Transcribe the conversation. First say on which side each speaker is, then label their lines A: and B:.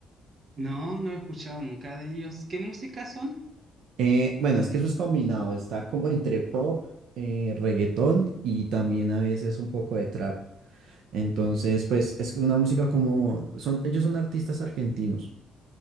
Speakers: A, on the right; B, on the right.
A: No, no he escuchado nunca de ellos. ¿Qué música son?
B: Eh, bueno, es que eso es combinado, está como entre pop, eh, reggaetón y también a veces un poco de trap. Entonces, pues es una música como, son, ellos son artistas argentinos.